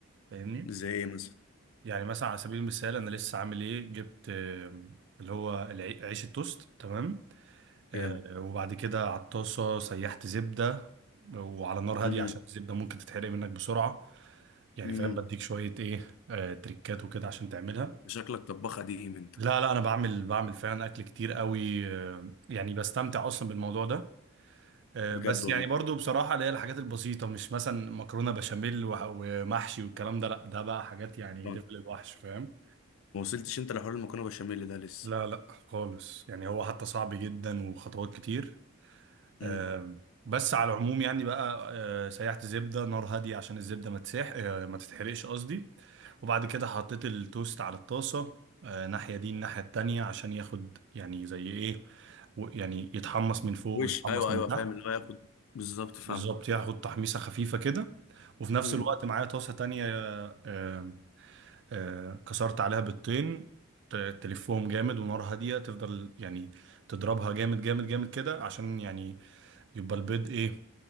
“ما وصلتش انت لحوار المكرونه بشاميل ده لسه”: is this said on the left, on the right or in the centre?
Left